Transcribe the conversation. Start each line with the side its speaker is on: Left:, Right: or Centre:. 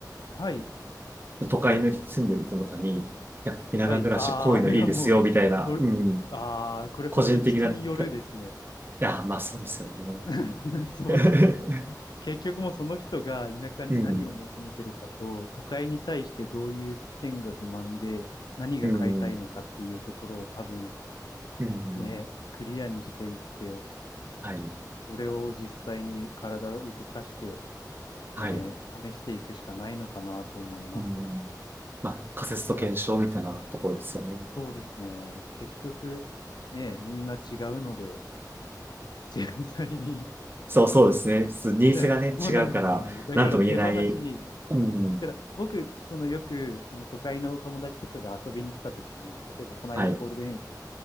Left: はい。
Right: 都会の住んでる人とかに、いや、田舎暮らし、
Left: はい。ああ、
Right: こういうのいいですよ、
Left: いやもう、
Right: みたいな、
Left: これ、
Right: うん、
Left: ああ、これ本当に人によるですね。
Right: 個人的な、たいや、まあそうですよね。
Left: <laughs> そうですね。
Right: <laughs>
Left: 結局もうその人が田舎に何を求めてるかと、
Right: うん、
Left: 都会に対してどういう点が不満で、何が変えたいのかっていうところを多分
Right: うん、うん。
Left: ね、クリアにしていって、
Right: はい、
Left: それを実際に体を動かして、
Right: はい。
Left: ね、試していくしかないのかなと思います。
Right: うん。まあ、仮説と検証みたいなところですよね。
Left: で、やっそうですね。結局、ね、みんな違うので、実際に
Right: そう、そうですね。
Left: <laughs>
Right: そうニーズがね、
Left: 見ないとそうなんですね。
Right: 違うから、
Left: だから手放しに、
Right: なんとも言えない。うん。
Left: だから僕、そのよく、その都会の友達とかが遊びに来た時に、例えばこの間もゴールデンウィーク
Right: はい、